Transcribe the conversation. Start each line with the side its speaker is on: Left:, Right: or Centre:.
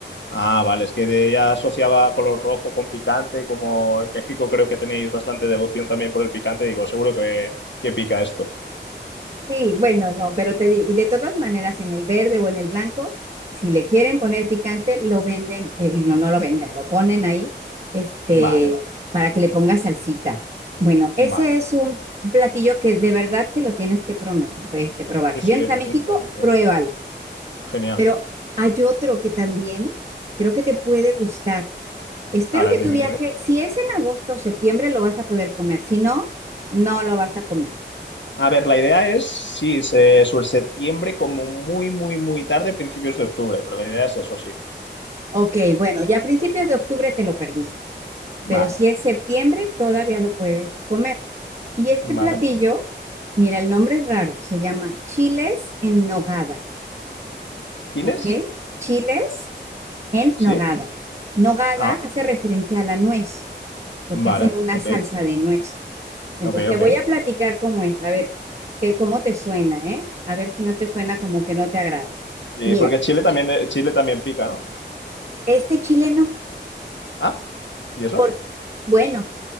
Left: Ah, vale, es que de- ya asociaba color rojo con picante, como en México creo que tenéis bastante devoción también por el picante, digo, seguro que, que pica esto.
Right: Sí, bueno, no, pero te di- y de todas maneras en el verde o en el blanco, si le quieren poner picante, lo venden, eh, no, no lo venden, lo ponen ahí, este,
Left: Vale, vale,
Right: para que le ponga salsita. Bueno, ese
Left: vale.
Right: es un platillo que de verdad que lo tienes que prome- este, probar.
Left: Sí,
Right: Si
Left: sí,
Right: vienes a
Left: lo
Right: México,
Left: apunto, lo apunto.
Right: pruébalo.
Left: Genial.
Right: Pero hay otro que también creo que te puede gustar. Espero
Left: A ver,
Right: que
Left: dime,
Right: tu viaje,
Left: dime.
Right: si es en agosto o septiembre, lo vas a poder comer. Si no, no lo vas a comer.
Left: A ver, la idea es, sí, se- sobre septiembre como muy, muy, muy tarde, principios de octubre, pero la idea es eso, sí.
Right: Ok, bueno, ya a principios de octubre te lo perdiste,
Left: Vale,
Right: pero si es septiembre todavía lo puedes comer. Y este
Left: vale.
Right: platillo, mira, el nombre es raro, se llama chiles en nogada,
Left: ¿Chiles?
Right: ¿ok? Chiles en
Left: Sí.
Right: nogada. Nogada
Left: Ah,
Right: hace referencia a la nuez, porque
Left: vale,
Right: hacen una
Left: ok,
Right: salsa de nuez. Entonces
Left: ok,
Right: te
Left: ok.
Right: voy a platicar cómo es, a ver que, cómo te suena, ¿eh? A ver si no te suena como que no te agrada.
Left: Sí,
Right: Mira,
Left: porque Chile también, eh, Chile también pica, ¿no?
Right: este chile no,
Left: Ah, ¿y eso?
Right: por, bueno.